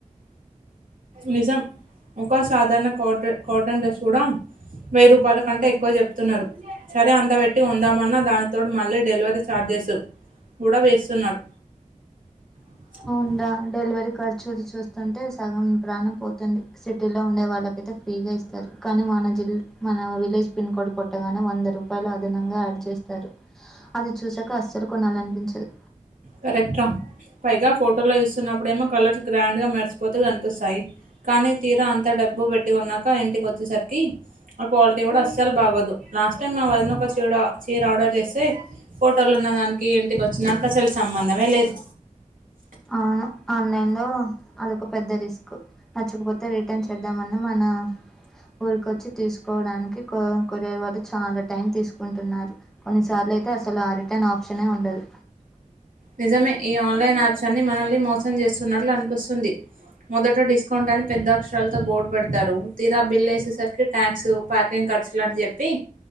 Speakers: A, on the right (about 80°); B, in the centre.
A: నిజం ఒక సాధారణ కాట కాటన్ డ్రెస్ కూడా వెయ్యి రూపాయల కంటే ఎక్కువ చెప్తున్నారు సరే అంత పెట్టి కొందామన్నా దానితోడు మళ్ళీ డెలివరీ ఛార్జెస్ కూడా వేస్తున్నారు <inaudible>
B: ఇంకా డెలివరీ ఖర్చులు చూస్తుంటే సగం ప్రాణం పోతుంది సిటీలో ఉండే వాళ్ళకైతే ఫ్రీగా ఇస్త సరే కానీ మా అన్న చెల్లెలు మన విలేజ్ పిన్ కోడ్ కొట్టగానే వంద రూపాయలు అదనంగా యాడ్ చేస్తారు అది చూసాక అసలు అసలు కొనాలని అనిపించదు
A: కరెక్ట్ రా పైగా ఫోటోలో చూస్తున్నప్పుడేమో కలర్స్ గ్రాండ్ గా మెరిసిపోతు కనిపిస్తాయి కానీ తీర అంత డమ్మీ డబ్బు పెట్టి కొన్నాక ఇంటికి వచ్చేసరికి ఆ క్వాలిటీ కూడా అసలు బాగోదు లాస్ట్ టైమ్ వదిన కోసం చీర ఆర్డర్ చేస్తే ఫోటోలు ఉన్న దానికి ఇంటికి వచ్చిన దానికి అసలు సంబంధమే లేదు
B: ఆ ఆన్లైన్ లో అదొక పెద్ద రిస్క్ నచ్చకపోతే రిటర్న్ చేద్దామన్న మన ఊరికొచ్చి తీసుకోవడానికి కొ కొరియ వాళ్ళు చాలా టైం తీసుకుంటున్నారు కొన్నిసార్లు అయితే అసలు ఆ రిటర్న్ ఆప్షనే ఉండదు
A: నిజమే ఈ ఆన్లైన్ యాప్స్ అన్ని మనల్ని మోసం చేస్తున్నట్లు అనిపిస్తుంది మొదట డిస్కౌంట్ అని పెద్ద అక్షరాలతో బోర్డు పెడతారు తీరా బిల్ వేసేసరికి ట్యాక్స్ ప్యాకింగ్ క ఖర్చులని చెప్పి